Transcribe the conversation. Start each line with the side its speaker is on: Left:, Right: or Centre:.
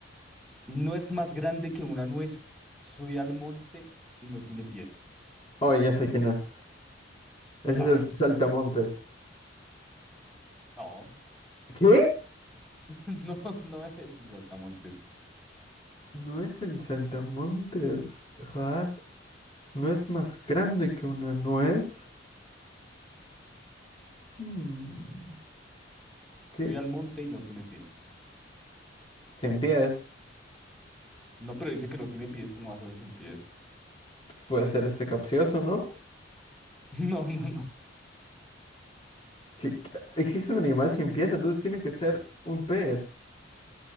Centre: No es más grande que una nuez. Soy al monte y no tiene pies.
Left: Oh, ya sé quién es. Es
Centre: Ah,
Left: el saltamontes.
Centre: no,
Left: ¿Qué?
Centre: <laughs> no, no es el saltamontes.
Left: No es el saltamontes. What? ¿No es más grande que una nuez? Hmm, ¿Qué?
Centre: Subí al monte y no tiene pies.
Left: Sin pies.
Centre: Pues, no, pero dice que no tiene pies, ¿cómo va a ser sin pies?
Left: Puede ser este capcioso, ¿no?
Centre: <laughs> No, no, no.
Left: ¿Qué- qué- Existe un animal sin pies, entonces tiene que ser un pez.